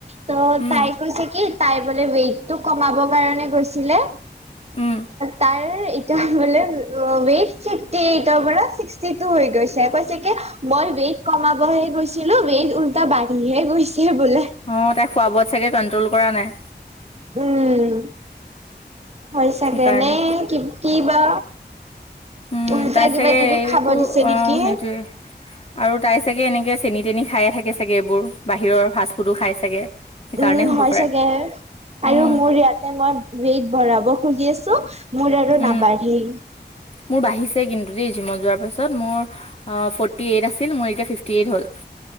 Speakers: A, on the right (about 35°); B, on the left (about 35°).
A: ত
B: উম
A: তাই কৈছে কি তাই বোলে ৱেইট কমাব কাৰণে গৈছিলে
B: উম
A: তাৰ এতিয়া বোলে ৱেট চিংটি এইটৰ পৰা ছিক্স চিষ্টি টো হৈ গৈছে কৈছে কি মই ৱেইট কমাবহে গৈছিলো ৱেইট উল্টা বাঢ়িহে গৈছে বোলে
B: অ তাই খোৱা বোৱোত চাগে কন্ট্ৰল কৰা নাই
A: উম হয় চাগে
B: সেইকাৰণে
A: নে কি কি বা
B: উম
A: উল্টা
B: তাই
A: কিবা
B: চাগে
A: কিবি
B: অ
A: খাব
B: একো
A: দিছে
B: অ
A: নেকি?
B: সেইটোৱে আৰু তাই চাগে এনেকে চেনি তেন খায়ে থাকে চাগে এইবোৰ বাহিৰৰ ফাষ্ট ফুডো খাই চাগে সেইকাৰণে
A: উম
B: হ'ব
A: হয়
B: পাৰে
A: চাগে আৰু
B: উম
A: মোৰ ইয়াতে মই ৱেইট বঢ়াব খুজি আছো মোৰ আৰু
B: উম,
A: নাবাঢ়ি
B: মোৰ বাঢ়িছে কিন্তু জিমত যোৱাৰ পাছত মোৰ ফটি এইট আছিল মোৰ এতিয়া ফিফটি এইট হ'ল